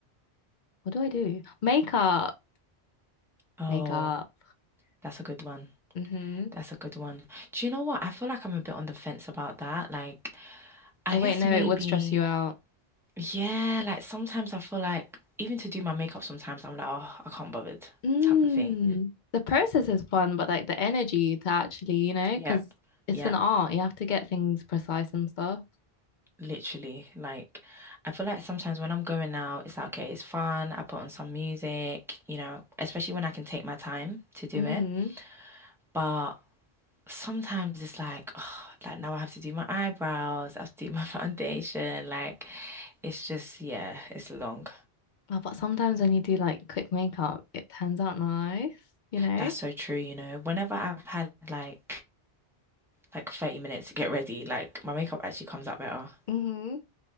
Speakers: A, on the left; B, in the centre.
A: What do I do? Makeup.
B: Oh,
A: Makeup.
B: that's a good one.
A: Mm-hmm.
B: That's a good one. Do you know what? I feel like I'm a bit on the fence about that. Like, I
A: Oh
B: guess
A: wait, no,
B: maybe,
A: it would stress you out.
B: yeah, like sometimes I feel like even to do my makeup, sometimes I'm like, oh, I can't bother,
A: Mm,
B: type of thing.
A: the process is fun, but like the energy to actually, you know,
B: Yeah.
A: because it's
B: Yeah.
A: an art. You have to get things precise and stuff.
B: Literally, like I feel like sometimes when I'm going out, it's like, okay, it's fun. I put on some music, you know, especially when I can take my time to do
A: Mm.
B: it. But sometimes it's like, oh, like now I have to do my eyebrows, I have to do my <laughs> foundation. Like it's just, yeah, it's long.
A: Oh, but sometimes when you do like quick makeup, it turns out nice, you know?
B: That's so true, you know. Whenever I've had like like 30 minutes to get ready, like my makeup actually comes out better.
A: Mm-hmm.